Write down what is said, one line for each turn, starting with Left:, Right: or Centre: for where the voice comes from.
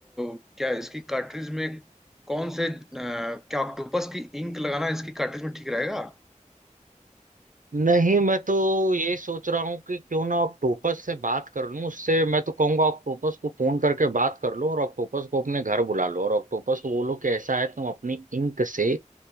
Centre: अ, क्या इसकी कार्ट्रिज में कौन से अ, क्या ऑक्टोपस की इंक लगाना इसकी कार्ट्रिज में ठीक रहेगा
Right: नहीं मैं तो ये सोच रहा हूँ कि क्यों ना ऑक्टोपस से बात कर लूं उससे मैं तो कहूंगा ऑक्टोपस को फोन करके बात कर लो और ऑक्टोपस को अपने घर बुला लो और ऑक्टोपस को बोलो कि ऐसा है तुम अपनी इंक से